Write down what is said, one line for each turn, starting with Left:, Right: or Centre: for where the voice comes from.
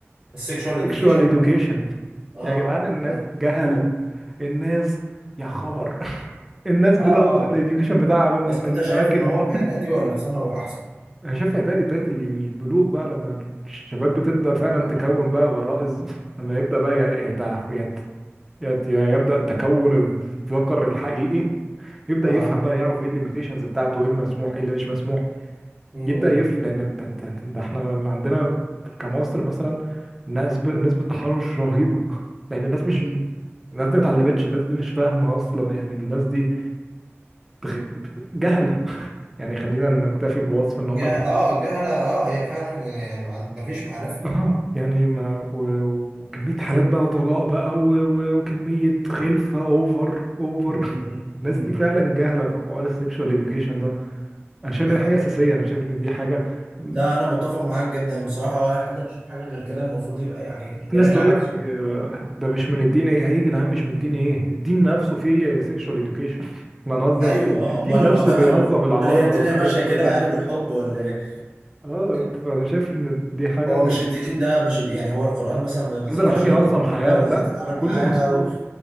Right: السكشوال
Centre: sexual
Right: اديوكيشن
Centre: education
Right: اه اه
Centre: يا جدعان الناس
Right: اه
Centre: جهلة الناس يا خبر <laughs> الناس
Right: اه
Centre: بتاخد
Right: آه.
Centre: الاديوكيشن بتاعها من
Right: بس
Centre: من
Right: انت شايف
Centre: اماكن
Right: ان هو في اعدادي ولا في ثانوي
Centre: انا شايف يا دادي بدايه البلوغ بقى لما الشباب بتبدا فعلا
Right: احسن
Centre: تكون بقى غرائز <laughs> لما يبدا بقى ي-
Right: أيوة.
Centre: يتع- يت- يت- يبدا تكون الذكر الحقيقي يبدا
Right: اه
Centre: يفهم
Right: اه
Centre: بقى يعرف ايه الليميتيشنز بتاعته ايه المسموح ايه اللي مش مسموح
Right: مم،
Centre: يبدا يف لان انت انت انت ده احنا عندنا كمصر مثلا نسبه نسبه تحرش رهيبه لان الناس
Right: مم،
Centre: مش الناس دي ما اتعلمتش الناس دي مش فاهمه اصلا يعني الناس دي بغ- جهله يعني خلينا
Right: مم.
Centre: نكتفي بوصف ان
Right: جه...
Centre: هم
Right: اه جهلة اه هي فعلا يعني ما عند... ما فيش معرفة
Centre: اه يعني ما و- وكمية حالات بقى طلاق بقى و- و- وكمية خلفة اوفر اوفر
Right: مم، مم،
Centre: <laughs>
Right: مم،
Centre: الناس دي
Right: مم.
Centre: فعلا جاهلة في حوار السكشوال اديوكيشن ده انا
Right: دي
Centre: شايف ان
Right: حقيقة
Centre: دي حاجة اساسية انا شايف ان دي حاجة م-
Right: لا انا متفق معاك جدا بصراحة هو اي حد يشوف حاجة غير كده المفروض يبقى يعني
Centre: في
Right: يراجع
Centre: ناس تقول لك
Right: نفسه
Centre: آه، ده مش من الدين ايه يا جدعان مش من الدين ايه الدين نفسه فيه سكشوال اديوكيشن <laughs> احنا نهزر
Right: ايوه اه
Centre: الدين
Right: امال
Centre: نفسه
Right: هو <laughs> هو-
Centre: بينظم العلاقة
Right: امال هي الدنيا
Centre: والحاجات
Right: ماشية
Centre: دي
Right: كده
Centre: كلها
Right: يعني بالحب ولا ايه
Centre: اه
Right: <laughs>
Centre: فانا شايف ان دي حاجة
Right: هو
Centre: المفروض
Right: مش الدين ده مش الد- يعني هو القرآن مثلا ما ما
Centre: نزل
Right: ذكرش
Centre: عشان ينظم
Right: الجنة
Centre: حياة
Right: وازاي
Centre: لا
Right: تتعامل
Centre: كله
Right: معاها
Centre: مذكور
Right: و...